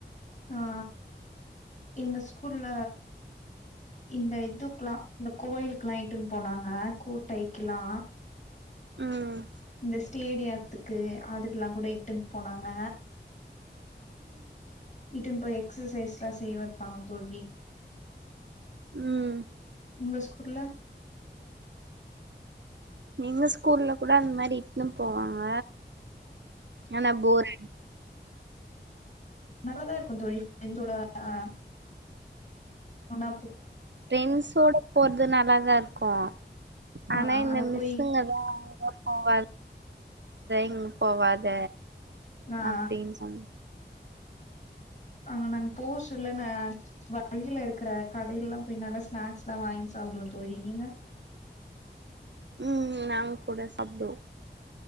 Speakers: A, on the left; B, on the right.
A: ஆ எங்க ஸ்கூல்ல இந்த இதுக்குலா இந்த கோயிலுக்குலா இட்டுன் போனாங்க கோட்டைக்குலா
B: ம்
A: இந்த ஸ்டேடியித்துக்கு அதுக்குலா கூட இட்டுன் போனாங்க இட்டுன் போய் எக்ஸசைஸ்லா செய்ய வப்பாங்க தோழி
B: ம்
A: உங்க ஸ்கூல்ல
B: எங்க ஸ்கூல்ல கூட அந் மாரி இட்ன்னு போவாங்க ஆனா போர் அடிக்
A: நல்லாதா இருக்கூ தோழி ஃப்ரெண்ட்ஸோட ஆ ஆனா
B: ஃப்ரெண்ட்ஸோட போறது நல்லாதாருக்கூ
A: ஆ
B: ஆனா இந்த
A: அங்க
B: மிஸ்ஸுங்கதா
A: போய்
B: அங்க போவாத இங்க போவாத
A: ஆ
B: அப்டின் சொன்
A: ஆ நாங்க போச்சில்லன்ன வழியில இருக்கிற கடையல்லா போய் நல்லா ஸ்நாக்ஸ்லா வாய்ங் சா சாப்டுவோ தோழி நீங்க
B: ம் நாங் கூட சாப்டுவோ